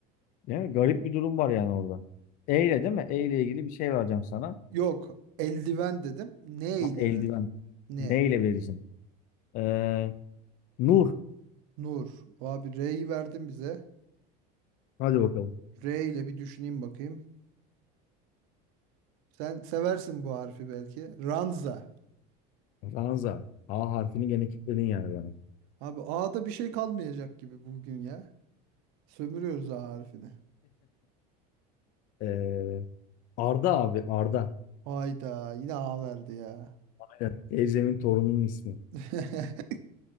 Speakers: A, on the left; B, on the right.
A: Değil mi? Garip bir durum var yani orada. E ile değil mi? E ile ilgili bir şey vereceğim sana.
B: Yok. Eldiven dedim. Ne
A: Ya,
B: ile
A: eldiven.
B: ver? Ne?
A: Ne ile vereceğim? Ee, Nur.
B: Nur. Abi R'yi verdin bize.
A: Hadi bakalım.
B: R ile bir düşüneyim bakayım. Sen seversin bu harfi belki. Ranza.
A: Ranza. A harfini gene kilitledin yani bana.
B: Abi A'da bir şey kalmayacak gibi bugün ya. Sömürüyoruz A harfini.
A: Ee, Arda abi. Arda.
B: Hayda yine A verdi ya.
A: Aynen. Teyzemin torununun ismi.
B: <laughs>